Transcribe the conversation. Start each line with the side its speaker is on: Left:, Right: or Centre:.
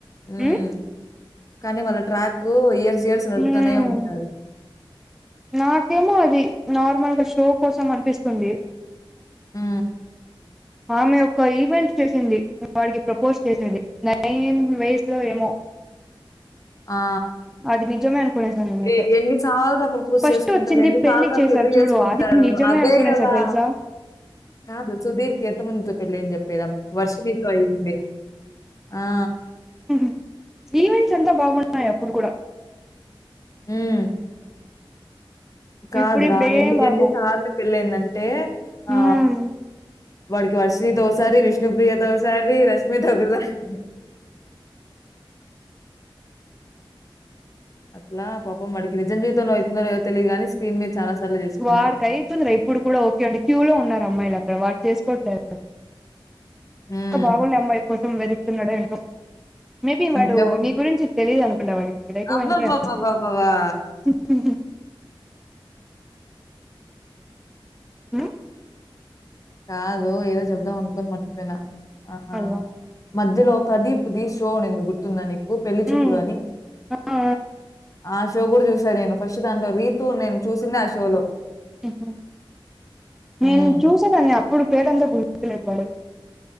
Left: మ్
Centre: ఉమ్
Left: కానీ వాళ్ళ ట్రాక్ ఇయర్స్ ఇయర్స్ నడుపుతూనే
Centre: ఉమ్
Left: ఉంటారు
Centre: నాకేమో అది నార్మల్గా షో కోసం అనిపిస్తుంది
Left: ఉ
Centre: ఆమె ఒక ఈవెంట్ చేసింది వాడికి ప్రపోజ్ చే సింది నేను <unintelligible>
Left: ఆ
Centre: అది నిజమే అనుకునేసాను నేనైతే
Left: ఏయ్ ఎన్ని సార్లు ర ప్రపోజ్
Centre: ఫస్ట్
Left: చేసుకుంటారు
Centre: వచ్చింది
Left: ఎన్ని సార్లు రా
Centre: చేశారు
Left: పెళ్లి
Centre: చూడు
Left: చేసుకుంటారు
Centre: అది నిజమే
Left: అదే
Centre: అనుకునేసా
Left: కదా
Centre: తెలుసా
Left: కాదు సుదీర్ గేట్ ముందు ఏం చెప్పెదాం వరసమీతో అయింది ఆ!
Centre: మ్ హుమ్ ఈవెంట్స్ అంతా బాగున్నాయి అప్పుడు కూడా
Left: మ్.. కాదురా
Centre: ఇప్పుడు ఇప్పుడు
Left: ఎన్ని
Centre: ఏం బాగోవు
Left: ఎన్ని సార్లు పెళ్లి అయిందంటే
Centre: హ్మ్
Left: ఆ... వాడకి వర్షిని తో ఒకసారి విష్ణు ప్రియతో ఒకసారి అర్రీ రష్మితో ఒకసారి అయీంది అట్లా పాపం వాడికి నిజం జీవితంలో అవుతుందో లేదో ‍తెలియదుగాని స్క్రీన్ మీద చాలా సార్లు చేసుకున్నాడు.
Centre: వాడికి అయితుందిలే ఇప్పుడు కూడా ఓకే అంటే క్యూ లో ఉన్నారు అమ్మాయిలు అక్కడ వాడ్ చేసుకోట్లేదు కదా.
Left: హ్మ్.
Centre: ఇంకా బాగుండే అమ్మాయి కోసం వెదుకుతున్నడో ఏంటో. మేబి వాడు
Left: ఇంకెవ్వ
Centre: నీ గురించి తెలీదు అనుకుంటా వాడు ఎక్కువ
Left: అబ్బబ్బబ్బబ్బబ్బా!
Centre: అంటే హ అ
Left: కాదు ఏదో చెబ్దం అనుకొని మర్చిపోయినా ఆ హ
Centre: అయ్యో
Left: మధ్యలో ప్రదీప్ ది షో అనేది గుర్తుంద నీకు పెళ్లి చూపులు
Centre: ఉమ్,
Left: అని
Centre: ఆ, ఆ,
Left: ఆ షో కూడా చూశాను నేను ఫస్ట్ దాంట్లో రీతుని నేను చూసింది ఆ షో లో.
Centre: ఉ హు నేన్
Left: హ్మ్.
Centre: చూసేదాన్ని అప్ ఇప్పుడు పేడ అంతా పహించలేదు <unintelligible> వాడు